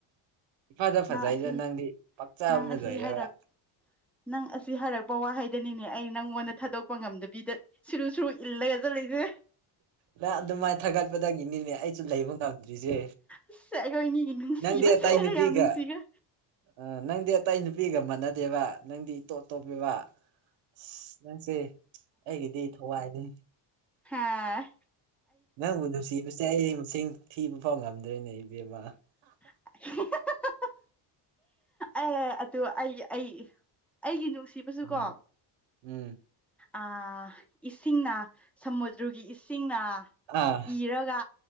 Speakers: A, on the right (about 65°); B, in the centre.
A: ꯏꯐꯗ
B: ꯅꯪ
A: ꯐꯖꯩꯗ
B: ꯑꯁꯤ
A: ꯅꯪꯗꯤ ꯄꯥꯛꯆꯥꯥꯕꯅ
B: ꯅꯪ ꯑꯁꯤ
A: ꯂꯣꯏꯔꯦꯕ
B: ꯍꯥꯏꯔꯛ ꯅꯪ ꯑꯁꯤ ꯍꯥꯏꯔꯛꯄ ꯋꯥꯍꯩꯗꯅꯤꯅꯦ ꯑꯩ ꯅꯪꯉꯣꯟꯗ ꯊꯥꯗꯣꯛꯄ ꯉꯝꯗꯕꯤꯗ ꯁꯨꯔꯨ ꯁꯨꯔꯨ ꯏꯜꯂꯒ ꯆꯠꯂꯤꯁꯦ
A: ꯅꯪ ꯑꯗꯨꯃꯥꯏꯅ ꯊꯥꯒꯠꯄꯗꯒꯤꯅꯤꯅꯦ ꯑꯩꯁꯨ ꯂꯩꯕ ꯉꯝꯗ꯭ꯔꯤꯁꯦ
B: ꯑꯁ ꯑꯩꯈꯣꯏꯅꯤꯒꯤ ꯅꯨꯡꯁꯤꯕꯁꯦ
A: ꯅꯪꯗꯤ ꯑꯇꯩ ꯅꯨꯄꯤꯒ
B: ꯌꯥꯝ ꯅꯨꯡꯁꯤꯈ꯭ꯔꯦ
A: ꯑ ꯅꯪꯗꯤ ꯑꯇꯩ ꯅꯨꯄꯤꯒ ꯃꯥꯟꯅꯗꯦꯕ ꯅꯪꯗꯤ ꯏꯇꯣꯞ ꯇꯣꯞꯄꯦꯕ ꯑꯁ ꯅꯪꯁꯦ ꯑꯩꯒꯤꯗꯤ ꯊꯋꯥꯏꯅꯤ
B: ꯍꯥꯥ
A: ꯅꯪꯕꯨ ꯅꯨꯡꯁꯤꯕꯁꯦ ꯑꯩ ꯃꯁꯤꯡ ꯊꯤꯕ ꯐꯥꯎ ꯉꯝꯗ꯭ꯔꯦꯅꯦ ꯏꯕꯦꯝꯃ
B: <unintelligible> ꯑꯦ ꯑꯗꯨ ꯑꯩ ꯑꯩ ꯑꯩꯒꯤ ꯅꯨꯡꯁꯤꯕꯁꯨꯀꯣ
A: ꯎꯝ ꯎꯝ
B: ꯑꯥ ꯏꯁꯤꯡꯅ ꯁꯃꯨꯗ꯭ꯔꯒꯤ ꯏꯁꯤꯡꯅ
A: ꯑꯥ
B: ꯏꯔꯒ